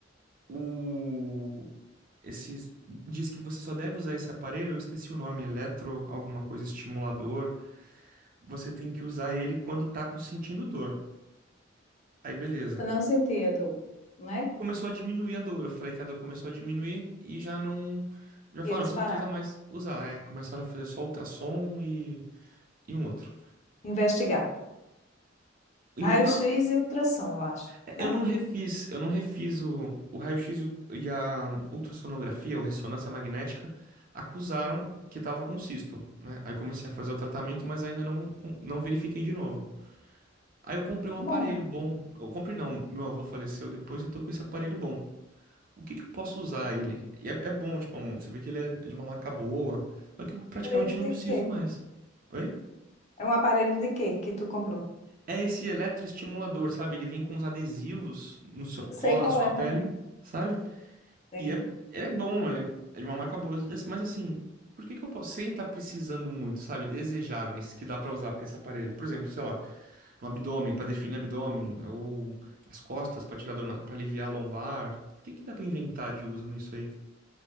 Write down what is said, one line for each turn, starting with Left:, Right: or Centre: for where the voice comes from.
Right: o esses diz que você só deve usar esse aparelho, eu esqueci o nome, eletro, alguma coisa estimulador, você tem que usar ele quando tá com- sentindo dor. Aí beleza.
Left: Você não sentia dor, né?
Right: Começou a diminuir a dor. Eu falei que a dor começou a diminuir e já não já falaram,
Left: E eles
Right: você
Left: pararam.
Right: não precisa mais usar, é, começaram a fazer só ultrassom e e um outro.
Left: Investigar.
Right: Em
Left: Raio-X
Right: vez- não
Left: e ultrassom, eu acho,
Right: É,
Left: né?
Right: Eu não refiz, eu não refiz o, o raio-x e o- e a ultrassonografia, ou ressonância magnética, acusaram que tava com cisto, né? Aí eu comecei a fazer o tratamento, mas ainda não, não verifiquei de novo. Aí eu comprei um
Left: Bom,
Right: aparelho bom. Eu comprei não, meu avô faleceu depois, eu tô com esse aparelho bom. O que que eu posso usar ele? E é, é bom, tipo, um- você vê que ele é de uma marca boa, só que eu praticamente
Left: aparelho
Right: não
Left: de
Right: preciso
Left: quê?
Right: mais. Oi?
Left: É um aparelho de quê que tu comprou?
Right: É esse eletroestimulador, sabe? Ele vem com uns adesivos, no seu-
Left: Eu
Right: cola
Left: sei qual
Right: na sua
Left: é
Right: pele,
Left: também.
Right: sabe?
Left: Sim.
Right: E é, ele é bom, ele é de uma marca boa. E ass- Mas assim, por que que eu posso, sem estar precisando muito, sabe? Desejáveis que dá pra usar pra esse aparelho. Por exemplo, sei lá, no abdômen, pra definir abdômen, ou nas costas, pra tirar dor, na- pra aliviar a lombar. Por que que dá pra inventar de uso nisso aí?